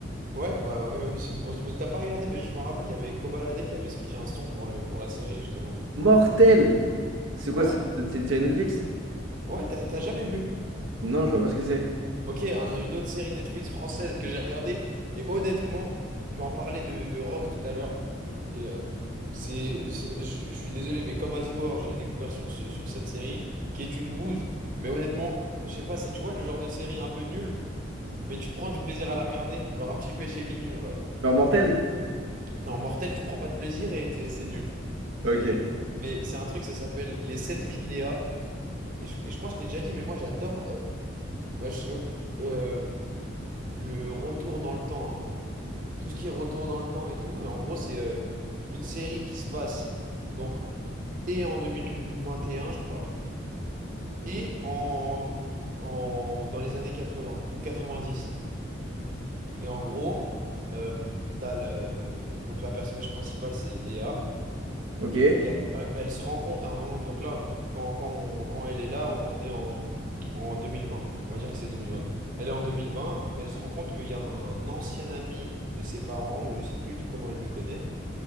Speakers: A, on the right (about 40°); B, on the right (about 80°).
A: Ouais, bah oui, oui, c'est une grosse bouse. T'as pas regardé, mais je me rappelle, il y avait Kobalade qui avait sorti un son pour le, pour la série, justement.
B: Mortel! C'est quoi,
A: Ouais,
B: c'est c'est une série Netflix?
A: ouais, t'as t'as jamais vu.
B: Non, je vois pas ce que c'est.
A: Ok, on a une autre série Netflix française que j'ai regardée. Et honnêtement, on va en parler de, de Rock tout à l'heure. Et euh, c'est, c'est- je, je suis désolé, mais comme As You Are, je l'ai découvert sur, ce, sur cette série, qui est une bouse. Mais honnêtement, je sais pas, c'est, tu vois, le genre de série un peu nulle, mais tu prends du plaisir à la regarder. Genre un petit péché mignon, genre.
B: Genre Mortel?
A: Non, Mortel, tu prends pas de plaisir et t'es- c'est nul. C'est,
B: Ok.
A: mais c'est un truc, ça s'appelle Les sept vies de Léa. Et je, et je crois que je t'ai déjà dit, mais moi j'adore. euh, bah, je- euh, le retour dans le temps un peu. Tout ce qui est retour dans le temps et tout. Et en gros, c'est euh, une série qui se passe donc et en 2021, je crois, et en, en- dans les années 80 ou 90. Et en gros, euh, t'as le, donc la personnage principale, c'est Léa.
B: Ok.
A: Et elle, euh, elle se rend compte à un moment, donc là, quand, quand, on- quand elle est là, on est en, en 2020, on va dire que c'est 2020. Elle est en 2020 et elle se rend compte qu'il y a un ancien ami de ses parents, ou je sais plus de comment elle le connaît,